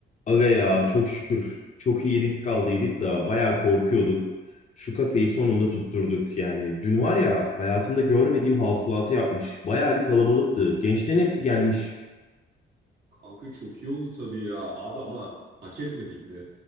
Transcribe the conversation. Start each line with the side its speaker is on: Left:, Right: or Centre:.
Left: Aga ya çok şükür çok iyi risk aldıydık da bayağı korkuyorduk. Şu kafeyi sonunda tutturduk yani. Dün var ya hayatımda görmediğim hasılatı yapmış. Bayağı bir kalabalıktı. Gençlerin hepsi gelmiş.
Right: Kanka çok iyi oldu tabii ya abi ama hak etmedik mi?